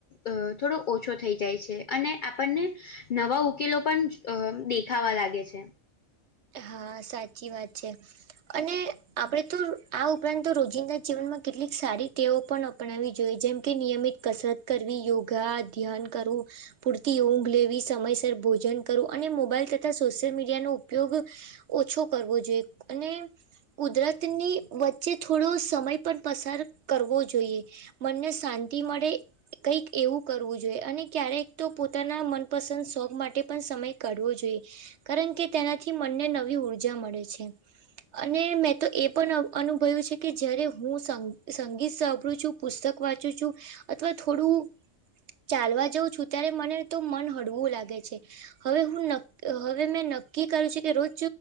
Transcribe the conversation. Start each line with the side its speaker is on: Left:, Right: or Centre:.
Left: અહ થોડો ઓછો થઈ જાય છે અને આપણને નવા ઉકેલો પણ અહ દેખાવા લાગે છે.
Right: હા, સાચી વાત છે. અને આપડે તો આ ઉપરાંત તો રોજિંદા જીવનમાં કેટલીક સારી ટેવો પણ પનાવવી જોઈએ કે નિયમિત કસરત કરવી, યોગા ધ્યાન કરવું પૂરતી ઊંઘ લેવી, સમયસર, ભોજન કરવું અને મોબાઈલ તથા સોશિયલ મીડિયાનું ઉપયોગ ઓછો કરવો જોઈએ અને કુદરતની વચ્ચે થોડો સમય પણ પસાર કરવો જોઈએ. મનને શાંતિ મળે કંઈક એવું કરવું જોઈએ અને ક્યારેક તો પોતાના મનપસંદ શોખ માટે પણ સમય કાઢવો જોઈએ. કારણ કે તેનાથી મનને નવી ઉર્જા મળે છે. અને મેં તો એ પણ અનુભવ્યું છે કે, જયારે હું સંગીત સાંભળું છું પુસ્તક વાંચું છું અથવા થોડું ચાલવા જઉં છું, ત્યારે મને તો મન હળવું લાગે છે. હવે, હું ન હવે મેં નક્કી કરું છે કે રોજ